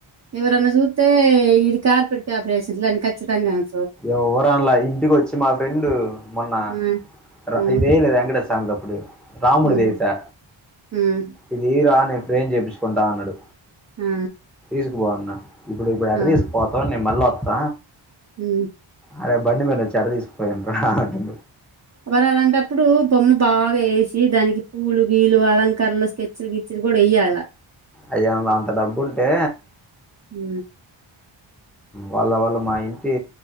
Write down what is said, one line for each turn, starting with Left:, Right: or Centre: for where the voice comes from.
Right: ఎవరన్నా చుతే ఇడు కార్పెట్ పేపర్ వేసిండు అని ఖచ్చితంగా అను
Centre: ఎవ్వరు ఆన్లే ఇంటికి వచ్చి మా ఫ్రెండ్ మొన్న
Right: ఆ
Centre: ర
Right: ఆ
Centre: ఇదే ఏయ్లే వెంకటేసామి అప్పుడు రాముడుది
Right: ఉమ్
Centre: ఎసా
Right: ఉమ్
Centre: ఇదిరా నేను ఫ్రేమ్ చేయించుకుంటా అన్నడు
Right: ఆ
Centre: తీసుపో అన్నా ఇప్పుడు ఇప్పుడు ఎట్టా
Right: ఆ
Centre: తీసుకుపోతావు నేను మళ్ళీ వత్త
Right: హు
Centre: అరే బండి మీనుంచి ఎట్టా తీసుకోపోయేను రా అని
Right: మరి అలాంటప్పుడు బొమ్మ బాగా ఏసి దానికి పూలు గీలు అలంకరనలు స్కెచ్లు గీ తిరుగుడు ఏయ్యాలా
Centre: అయ్య అ అంత డబ్బు ఉంటే
Right: హు
Centre: వాళ్ళ వాళ్ళు మా ఇంటి